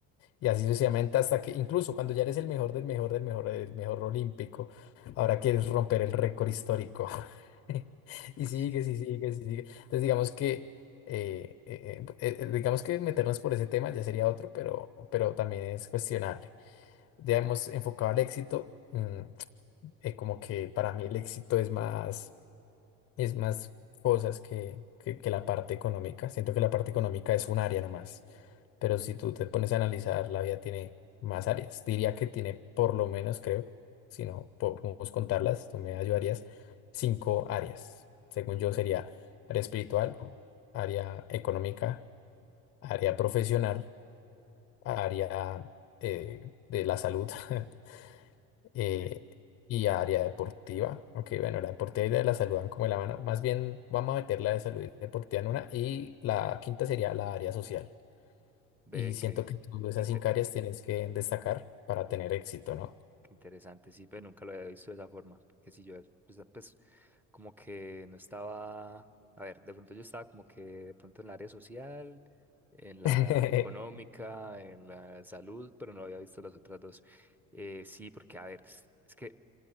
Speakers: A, on the left; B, in the centre.
A: Y así sucesivamente hasta que incluso cuando ya eres el mejor del mejor del mejor del mejor olímpico, ahora quieres romper el récord histórico. <laughs> Y
B: <laughs>
A: sigue
B: sí,
A: y sigue y sigue Entonces digamos que eh, eh, eh, eh, eh, digamos que meternos por ese tema ya sería otro, pero, pero también es cuestionable. Ya hemos enfocado al éxito, mm, eh, como que para mí el éxito es más es más cosas que, que, que la parte económica. Siento que la parte económica es un área nomás, pero si tú te pones a analizar, la vida tiene más áreas. Diría que tiene por lo menos, creo, si no podemos contarlas, tú me ayudarías, cinco áreas. Según yo sería área espiritual, área económica, área profesional, área eh, de la salud <laughs> eh,
B: Sí.
A: y área deportiva. Aunque bueno, la deportiva y la de la salud van como de la mano. Más bien vamos a meter la de salud y deportiva en una y la quinta sería la área social.
B: ve
A: Y siento
B: que,
A: que tú esas
B: inte-
A: cinco áreas tienes que destacar para tener éxito, ¿no?
B: Qué interesante, sí, pero nunca lo había visto de esa forma. Que si yo, pues, pues, como que no estaba, a ver, de pronto yo estaba como que de pronto en la área social, en la
A: <laughs>
B: económica, en la salud, pero no había visto las otras dos. Eh, sí, porque, a ver, es que